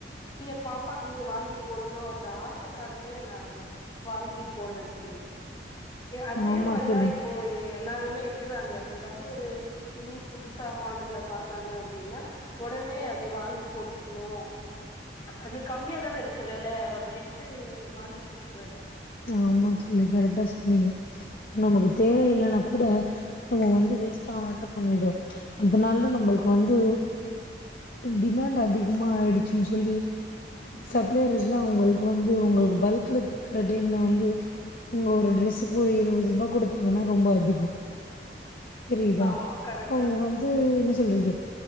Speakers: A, on the left; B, on the left.
A: எ பாப்பாக்கு இது வாங்கி போடணு அந்த ஆசைக்காகவே நா அத வந் வாங்கி போட்ற தோழி அதே
B: ஆமா
A: மாரிதா
B: தோழி.
A: இப்போ எல்லாருமே இருக்கறாங்க எதாவது ஒரு துணி புதுசா மாடல்ல பாத்தாங்க அப்டின்னா ஒடனே அது வாங்கி போட்டுக்ணு அது கம்மியாாதான இருக்கு வெல அப்டின்ட்டு வாங்கி போட்டுக்றது
B: ஆமா தோழி கரெக்டா சொன்னீங்க நமக்கு தேவையில்லன்னா அப்ப கூட நம்ம வந்து வேஸ்ட்டா ஆர்டர் பண்ணிடுவோ அதனால நம்பளுக்கு வந்து டிமாண்ட் அதி கமா ஆயிடுச்சுன்னு சொல்லி சப்லையர்ல உங்களுக்கு வந்து உங்களுக்கு பல்கலக்க <unintelligible> டைம்ல வந்து உங்க ஒரு ட்ரெஸக்கு ஒரு இருவது ரூபா குடுத்தாங்கன்னா ரொம்ப அதிகோ தெரியுதா
A: ஆமா கரெக்டா
B: அவுங்க வந்து என்ன சொல்றது